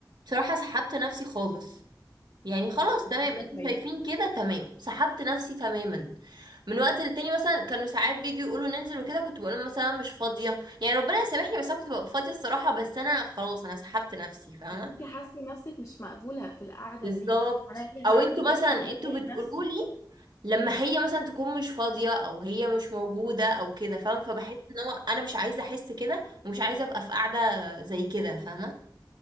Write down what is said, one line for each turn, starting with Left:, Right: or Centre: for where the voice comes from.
Right: بصراحه سحبت نفسي خالص يعني خلاص
Left: <laughs>
Right: تمام
Left: دي حاجه
Right: انتوا
Left: كويسه
Right: شايفين كده تمام سحبت نفسي تماما من وقت للتاني مثلا كانوا ساعات بيجوا يقولوا ننزل وكده كنت بقول لهم مثلا مش فاضيه يعني ربنا يسامحني بس انا كنت ببقى فاضيه الصراحه بس انا خلاص انا سحبت نفسي فاهمه
Left: انت حاسه نفسك مش مقبوله في القعده
Right: بالظبط
Left: دي فانا ليه
Right: او انتوا
Left: هنزل وهقعد
Right: مثلا
Left: اضايق
Right: انتوا بتقولوا
Left: نفسي
Right: لي لما هي مثلا تكون مش فاضيه او هي مش موجوده او كده فاهمه فبحس ان هو انا مش عايزه احس كده ومش عايزه ابقى في قاعده زي كده فاهمه